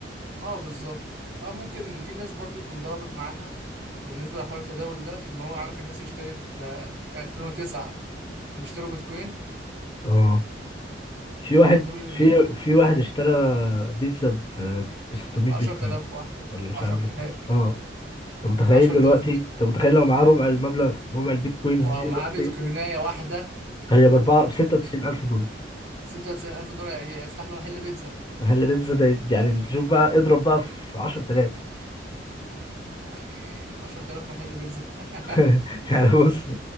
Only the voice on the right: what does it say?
اه بالظبط اه ممكن في ناس برضو يكون ضربت معاها بالنسبه لحوار التداول ده ان هو عارف الناس اللي اشترت آه، في 2009 اللي اشتروا بيتكوين
هم
دول اللي
ب 10000
واحده
10000
10000
بيتكوين
ولو
معاه
بيتكوينايه واحده
96000 دولار يفتح له محل بيتزا
يعني 10000 محل بيتزا <laughs>